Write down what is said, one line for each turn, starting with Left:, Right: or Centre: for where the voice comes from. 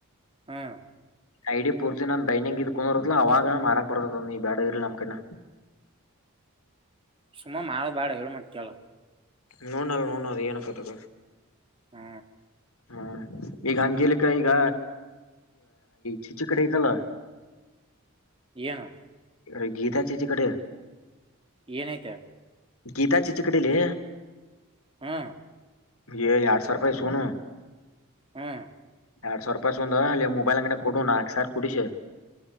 Right: ಹಾ
Left: ಐಡಿಯಾ ಪೂರ್ತಿ ನಾನ್ ಡೈನಿಂಗ್ ಇದ್ ಕುಂದರತ್ತ ಅವಾಗ ಮಾರಾಕ್ ಬರ್ತದ ನೀ ಬೇಡ ಇರ್ಲಿ ನಮ್ ಕೈನಾ
Right: ಸುಮ ಮಾಡ ಬಾಡ ಹೇಳಳ್ ಮಕಲ್ಲ
Left: ನೋ ನಲ್ಲ ನೋಣ ಅದ ನ ಕತಕ
Right: ಹ್ಮ
Left: ಹಾ ಈಗ ಅಜೇಲಿಕ ಈಗ ಚಿಚು ಕಡೆ ಐತಲ್ಲ
Right: ನು
Left: ಅ ಗೀತ ಚ ಇಚ ಕಡೆ
Right: ನತ
Left: ಗೀತಾ ಚಿಚ ಕಡಿಲಿ
Right: ಹಾ
Left: ಎಯ್ ಯಾಡ್ ಸಾವಿರ ರೂಪಾಯಿ ಇಸ್ಕೊನು
Right: ಹ್ಮ್
Left: ಎರಡ್ ಸಾವಿ ರೂಪಾಯ್ ಇಸ್ಕೊಂದು ಅಲ್ಲಿ ಮೊಬೈಲ್ ಅಂಗಡ ಕೊಡು ನಾಕ್ ಸಾವಿರ್ ಕುಡ್ಸಿ